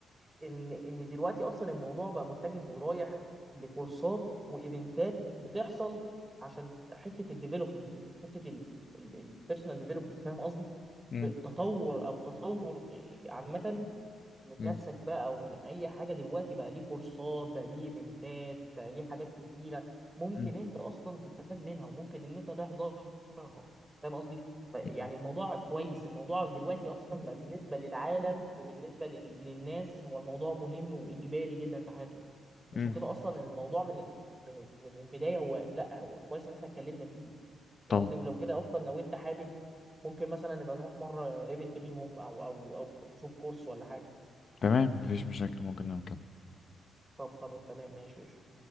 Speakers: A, on the right; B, on the left.
A: ان ان دلوقتي اصلا الموضوع بقى متجه ورايح لكورسات وايفنتات بتحصل عشان حته الديفلوبمنت دي حته البيرسونال ديفلوبمنت فاهم قصدي؟
B: مم.
A: تطور او تطور عامه من
B: مم.
A: نفسك بقى او من اي حاجه دلوقتي بقى ليه كورسات بقى ليه ايفنتات بقى ليه حاجات كتيره ممكن
B: مم.
A: انت اصلا تستفاد منها وممكن ان انت تحضرها فاهم قصدي ف- يعني
B: مم.
A: الموضوع كويس الموضوع دلوقتي اصلا بقى بالنسبه للعالم وبالنسبه لل- للناس هو الموضوع مهم وايجباري جدا في حياتهم عشان
B: مم.
A: كده اصلا الموضوع من من من البدايه هو لا هو كويس ان احنا اتكلمنا فيه فاهم
B: طبعا
A: قصدي ولو كده اصلا لو انت حابب ممكن مثلا نبقى نروح مره ايفنت منهم او او او نشوف كورس ولا حاجه
B: تمام مفيش مشاكل ممكن نعمل كده
A: طب خلاص تمام ماشي قشطة.